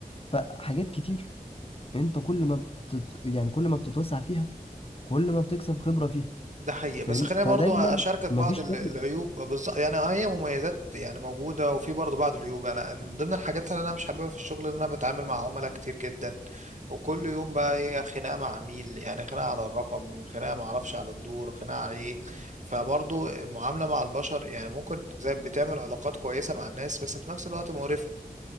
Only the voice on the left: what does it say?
فحاجات كتير انت كل ما بتت... يعني كل ما بتتوسع فيها كل ما بتكسب خبرة فيها
فاهم
فدايما
مفيش
شغل